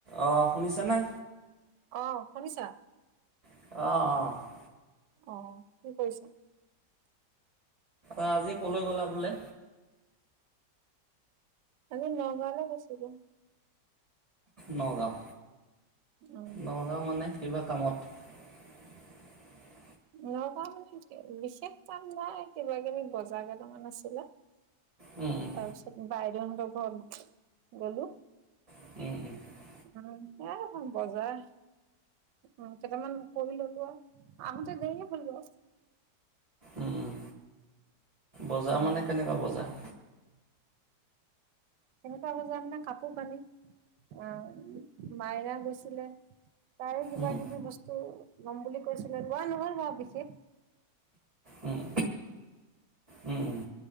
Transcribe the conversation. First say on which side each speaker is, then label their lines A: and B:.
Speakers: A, on the right; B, on the right.
A: অ', শুনিছেনে?
B: অ', শুনিছা?
A: অ', অ'।
B: অ', কি কৰিছা?
A: আজি ক'লৈ গ'লা বোলে?
B: আজি নগাঁৱলে গৈছিলোঁ।
A: নগাঁও!
B: উ
A: নগাঁও মানে কিবা কামত? <unintelligible>
B: নগাঁও মানে বিশেষ কাম নাই কিবা কিবি বজাৰ কেইটামান আছিলে।
A: উম, উম।
B: তাৰপিছত বাইদেউহতৰ ঘৰত গ'লো।
A: <inaudible>
B: উম, এইয়াই বজাৰ। উম, কেটামান কৰি ল'লো আৰু। আহোঁতে দেৰিয়ে হ'ল বাৰু।
A: উম, উম। বজাৰ
B: উম
A: মানে কেনেকুৱা বজাৰ?
B: কেনেকুৱা বজাৰ মানে কাপোৰ কানি। অ', মাইনা গৈছিলে তাই কিবা
A: উম
B: কিবি বস্তু ল'ম বুলি কৈছিলে, লোৱা নহ'ল বাৰু বিশেষ।
A: উম, উম, উম।